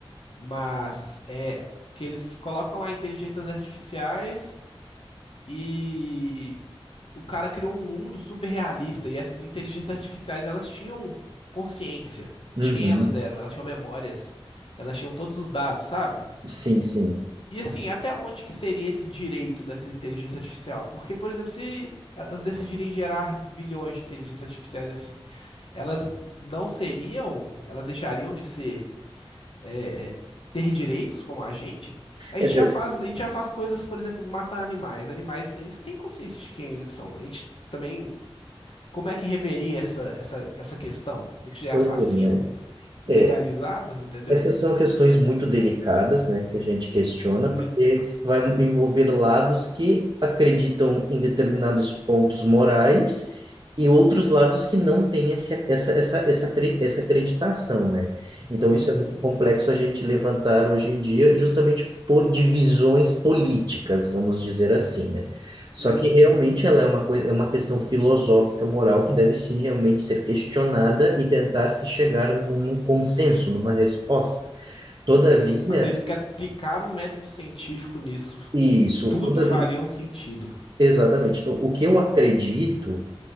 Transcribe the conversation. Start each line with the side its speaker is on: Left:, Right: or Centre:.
Left: Mas é que eles colocam lá inteligências artificiais e o cara criou um mundo super realista e essas inteligências artificiais, elas tinham consciência
Right: Uhum.
Left: de quem elas eram, elas tinham memórias, elas tinham todos os dados, sabe?
Right: Sim, sim.
Left: E assim, até onde que seria esse direito dessa inteligência artificial? Porque, por exemplo, se elas decidirem gerar bilhões de inteligências artificiais assim, elas não seriam, elas deixariam de ser, é, é, ter direitos como a gente? A gente
Right: É,
Left: já faz, a gente já faz coisas, por exemplo, matar animais. Animais, eles têm consciência de quem eles são. A gente também, como é que reveria essa, essa, essa questão? A gente é
Right: pois
Left: assassino
Right: é, né?
Left: legalizado,
Right: É,
Left: entendeu?
Right: Essas são questões muito delicadas, né, que a gente questiona,
Left: Muito.
Right: porque vai envolver lados que acreditam em determinados pontos morais e outros lados que não têm esse, essa, essa, essa, acre- essa acreditação, né? Então,
Left: Uhum,
Right: isso é muito complexo a gente levantar hoje em dia, justamente por divisões políticas, vamos dizer assim, né? Só
Left: uhum.
Right: que realmente ela é uma coisa, é uma questão filosófica, moral, que deve sim realmente ser questionada e tentar se chegar num consenso, numa resposta. Todavia,
Left: Eu acredito que aplicar um método científico nisso,
Right: isso,
Left: tudo
Right: todavia,
Left: faria um sentido.
Right: exatamente. Então, o que eu acredito